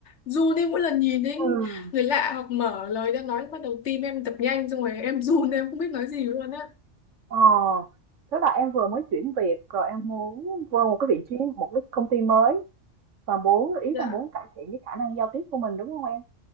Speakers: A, on the left; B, on the right.
A: run đi mỗi lần nhìn đến
B: ừ
A: người lạ hoặc mở lời ra nói bắt đầu tim em đập nhanh xong rồi em run em không biết nói gì luôn á.
B: ờ, tức là em vừa mới chuyển việc rồi em muốn vô một cái vị trí một cái công ty mới và muốn ý
A: Dạ,
B: là muốn cải thiện cái khả năng giao tiếp của mình đúng không em?